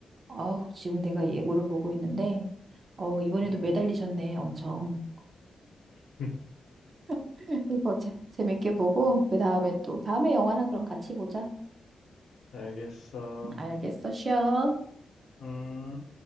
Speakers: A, on the right; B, on the left.
A: 아우, 지금 내가 예고를 보고 있는데, 어, 이번에도
B: 음,
A: 매달리셨네, 엄청.
B: <laughs>
A: <laughs> 이거 재, 재밌게 보고, 그 다음에 또, 다음에 영화나 그럼 같이 보자.
B: 알겠어.
A: 알겠어, 쉬어.
B: 음.